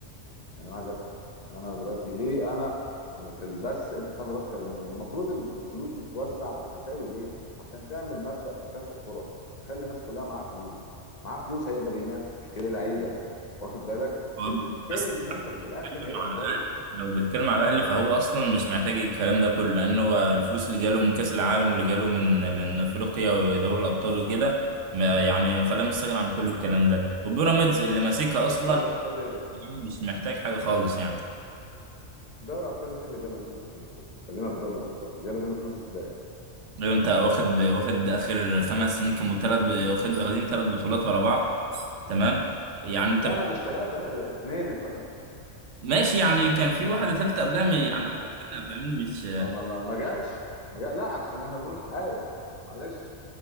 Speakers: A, on the left; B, on the right.
A: يعني انا عايز افهم يعني انا دلوقتي ليه انا في البث انت تاخد اكتر مني؟ المفروض الم- الفلوس دي تتوزع بالتساوي ليه؟ عشان تعمل مبدأ تكافؤ فرص تخلي الناس كلها معاها فلوس معاه فلوس هيقدر ينافس ويشتري لعيبه واخد بالك
B: هو
A: بال- بالتالي
B: بس
A: المنتج في
B: بتكلم
A: الاخر هيبقى
B: عن
A: كويس
B: الاهلي لو بتكلم على الاهلي فهو اصلا مش محتاج الكلام ده كله لان هو الفلوس اللي جاله من كاس العالم واللي جاله من من افريقيا ودوري الابطال وكده ما يعني خلاه مستغني عن كل الكلام ده وبيراميدز اللي ماسكها اصلا
A: دوري ابطال ايه بس
B: مش محتاج حاجة خالص يعني
A: دوري ابطال إيه اللي جاله منه فلوس بس خلينا في دوري الابطال جاله منه فلوس ازاي
B: لو انت واخد واخد اخر خمس سنين كانوا تلات واخد واخدين تلات بطولات ورا بعض تمام يعني انت
A: لا لا مش ثلاثه لا اثنين يا فندم
B: ماشي يعني كان في واحدة تالتة قبلها من
A: آه،
B: يعني انا فاهمني مش
A: ما ما ما ما جاتش ما جا... لا عشان احنا بنقول حقائق معلش